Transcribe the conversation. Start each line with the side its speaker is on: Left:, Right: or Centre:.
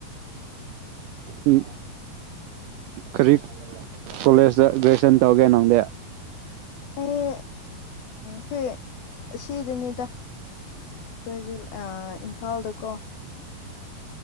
Right: ꯎꯝ ꯀꯔꯤ ꯀꯣꯂꯦꯖꯇ ꯒ꯭ꯔꯦꯖꯨꯌꯦꯁꯟ ꯇꯧꯒꯦ ꯅꯪꯗꯦ
Left: ꯑꯩ ꯈꯣꯏ ꯁꯤꯗꯅꯤꯗ ꯑꯩꯈꯣꯏꯖꯤꯛ ꯏꯝꯐꯥꯜꯗꯀꯣ